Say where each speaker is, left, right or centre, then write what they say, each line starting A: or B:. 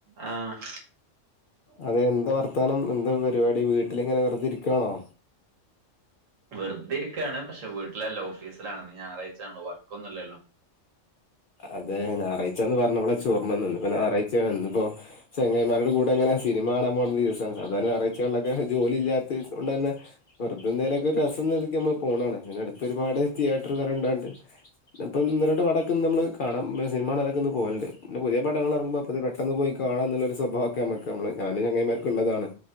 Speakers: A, on the right (about 85°); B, on the left (about 55°).
A: ആഹ്
B: അതെ എന്താ വർത്താനം എന്താ പരിപാടി വീട്ടിലിങ്ങനെ വെറുതെ ഇരിക്കുവാണോ?
A: വെറുതെ ഇരിക്കാണ് പക്ഷെ വീട്ടിലല്ല ഓഫീസിലാണ് ഇന്ന് ഞായറാഴ്ച്ചയാണല്ലൊ വർക്ക് ഒന്നു ഇല്ലല്ലോ
B: അതെ ഞായറാഴ്ച്ചയാന്ന് പറഞ്ഞവടെ ചോറുണ്ണാൻ നിന്ന് പിന്നെ ഞാറാഴ്ച്ചയാ. ഇന്നിപ്പോ ചങ്ങായിമാരുടെ കൂടങ്ങനെ സിനിമ കാണാൻ പോണ ദിവസാണ്. സാധാരണ ഞാറാഴ്ച്ചകളിലൊക്കെ ജോലി ഇല്ലാത്തസ്തോണ്ടന്നെ വെറുതെന്തേലൊക്കെ ഒരു രസെന്ന നിലക്ക് നമ്മള് പോണാണ് പിന്നെ അടുത്ത് ഒരുപാട് തിയേറ്ററ് കാരെണ്ടാണ്ട് ഇന്നിപ്പൊന്ന് രണ്ട് പടോക്കെ ഇന്ന് നമ്മള് കാണാം സിനിമാ കാണാനൊക്കെ ഇന്ന് പോകലിണ്ട്. പിന്നെ പുതിയ പടങ്ങള് എറങ്ങുമ്പോ അപ്പത് പെട്ടെന്ന് പോയി കാണാംന്നുള്ളൊരുസ്വഭാവക്കെ നമുക്ക് നമ്മള് ഞാനും ചങ്ങായിമാർക്കും ഇള്ളതാണ്.